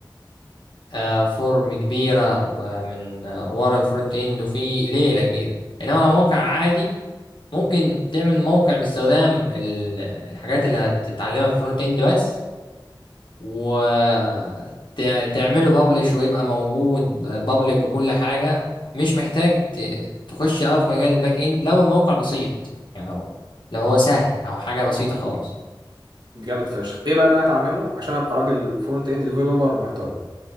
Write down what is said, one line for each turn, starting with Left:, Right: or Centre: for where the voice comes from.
Left: آه فورم كبيره و- من آه ورا الفرونت اند وفي ليله كبيره انما لو موقع عادي ممكن تعمل موقع باستخدام ال- الحاجات اللي هتتعلمها في الفرونت اند بس وتعمله بابليش ويبقى موجود بابليك وكل حاجة مش محتاج ت- تخش أوي في مجال الباك إند لو الموقع بسيط يعني لو لو هو سهل أو حاجة بسيطة خالص
Right: جامد فشخ ايه بقى اللي انا اتعلمه عشان ابقى راجل فرونت اند ديفلوبر محترم